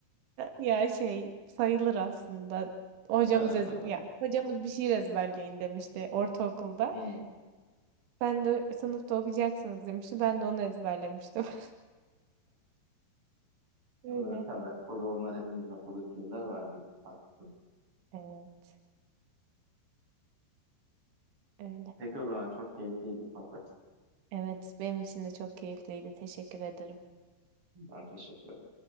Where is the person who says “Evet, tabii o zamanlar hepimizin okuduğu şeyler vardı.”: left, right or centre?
Right